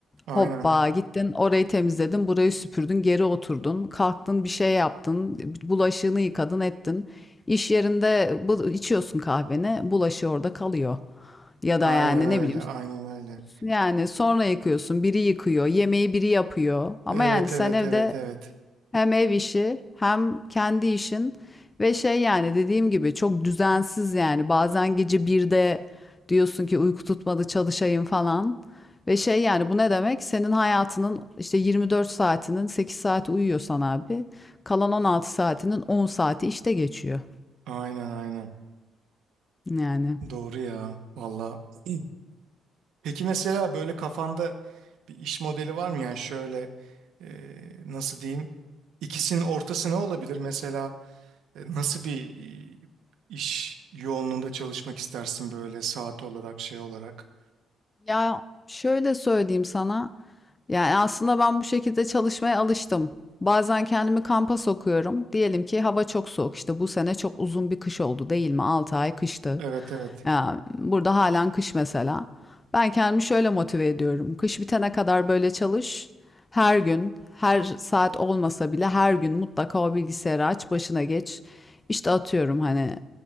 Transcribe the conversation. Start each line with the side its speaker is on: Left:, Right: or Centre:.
Right: Aynen
Left: Hoppa gittin orayı temizledin, burayı süpürdün, geri oturdun, kalktın bir şey yaptın, bulaşığını yıkadın ettin. İş yerinde bu, içiyorsun kahveni, bulaşığı orada kalıyor. Ya da
Right: aynen
Left: yani
Right: öyle
Left: ne bileyim
Right: aynen öyle.
Left: yani sonra yıkıyorsun, biri yıkıyor, yemeği biri yapıyor. Ama
Right: Evet
Left: yani sen
Right: evet
Left: evde
Right: evet evet.
Left: hem ev işi hem kendi işin ve şey yani dediğim gibi çok düzensiz yani bazen gece birde diyorsun ki uyku tutmadı çalışayım falan ve şey yani bu ne demek senin hayatının işte 24 saatinin 8 saati uyuyorsan abi kalan 16 saatinin 10 saati işte geçiyor
Right: Aynen aynen.
Left: yani.
Right: Doğru ya. Valla. <clears throat> Peki mesela böyle kafanda bir iş modeli var mı? Yani şöyle e, nasıl diyeyim? İkisinin ortası ne olabilir? Mesela e, nasıl bir e, iş yoğunluğunda çalışmak istersin böyle saat olarak şey olarak?
Left: Ya şöyle söyleyeyim sana. Yani aslında ben bu şekilde çalışmaya alıştım. Bazen kendimi kampa sokuyorum. Diyelim ki hava çok soğuk. İşte bu sene çok uzun bir kış oldu değil mi? 6 ay kıştı.
Right: Evet evet.
Left: Ya burada halen kış mesela. Ben kendimi şöyle motive ediyorum. Kış bitene kadar böyle çalış. Her gün, her saat olmasa bile her gün mutlaka o bilgisayarı aç, başına geç. İşte atıyorum hani